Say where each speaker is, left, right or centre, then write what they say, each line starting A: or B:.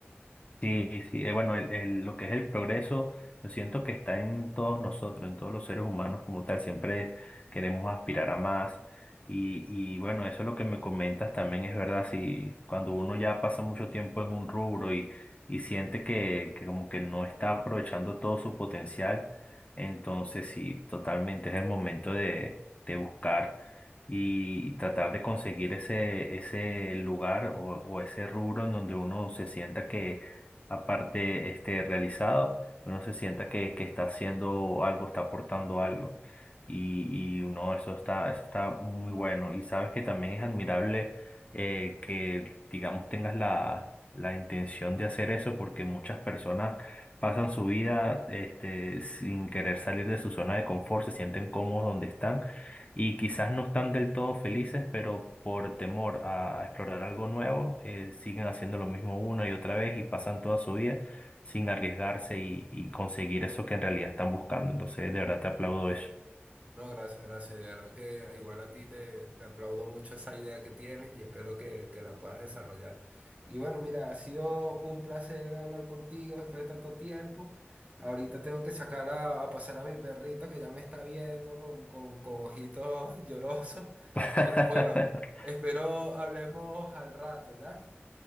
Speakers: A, on the left (about 30°); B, on the right (about 30°).
A: Sí, sí, eh, bueno, el- el- lo que es el progreso, yo siento que está en todos nosotros, en todos los seres humanos como tal, siempre queremos aspirar a más. Y, y bueno, eso es lo que me comentas también es verdad, si cuando uno ya pasa mucho tiempo en un rubro y, y siente que, que como que no está aprovechando todo su potencial, entonces sí, totalmente es el momento de, de buscar y tratar de conseguir ese, ese lugar o, o ese rubro en donde uno se sienta que aparte este, realizado, uno se sienta que, que está haciendo algo, está aportando algo. Y, y uno, eso está, eso está muy bueno. Y sabes que también es admirable eh, que, digamos, tengas la, la intención de hacer eso, porque muchas personas pasan su vida este, sin querer salir de su zona de confort, se sienten cómodos donde están y quizás no están del todo felices, pero por temor a, a explorar algo nuevo, eh, siguen haciendo lo mismo una y otra vez y pasan toda su vida sin arriesgarse y, y conseguir eso que en realidad están buscando. Entonces, de verdad te aplaudo eso.
B: No, gracias, gracias. De verdad que igual a ti te, te aplaudo mucho esa idea que tienes y espero que, que la puedas desarrollar. Y bueno, mira, ha sido un placer hablar contigo después de tanto tiempo. Ahorita tengo que sacar a, a pasar a mi perrito que ya me está viendo con, con, con ojitos llorosos.
A: <laughs>
B: Pero bueno, espero hablemos al rato, ¿ya?